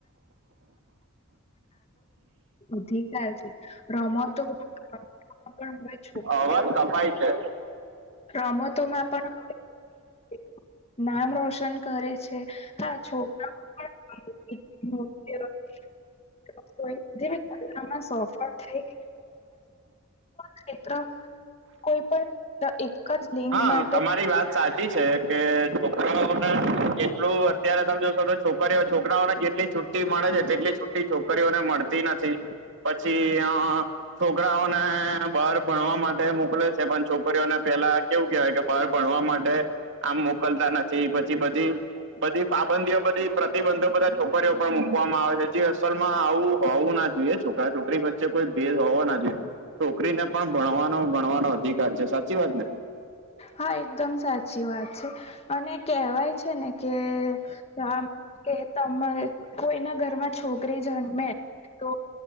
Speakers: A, on the left; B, on the right.
A: અધિકાર છે, રમતો પણ હવે છોકરીઓ
B: અવાજ કપાય છે.
A: રમતોમાં પણ <unintelligible> નામ રોશન કરે છે, હા છોકરા પણ <unintelligible> <unintelligible> <unintelligible> કોઈ પણ ક્ષેત્ર કોઈ પણ જ લિંગ
B: હા,
A: માટે
B: તમારી વાત સાચી છે, કે છોકરાઓને જેટલું અત્યારે તમે જોશો તો છોકરીઓ છોકરાઓને જેટલી છુટ છુટી મળે છે, તેટલી છુટી છોકરીઓને મળતી નથી, પછી અ છોકરાઓને બહાર ભણવા માટે મોકલે છે, પણ છોકરીઓને પેલા કેવું કેવાયકે, બહાર ભણવા માટે આમ મોકલતા નથી, પછી બધી બધી પાબંદીઓ, બધી પ્રતિબંધો, બધા છોકરીઓ પર મુકવામાં આવે છે, જે અસલમાં આવું હોવું ના જોઈએ, છોકરા છોકરી વચ્ચે કોઈ ભેદ હોવો ના જોઈએ. છોકરીને પણ ભણવાનો ગણવાનો અધિકાર છે, સાચી વાત ને
A: હા એકદમ સાચી વાત છે. અને કેહેવાય છે, ને કે આમ કે તમે કોઈના ઘરમાં છોકરી જન્મે તો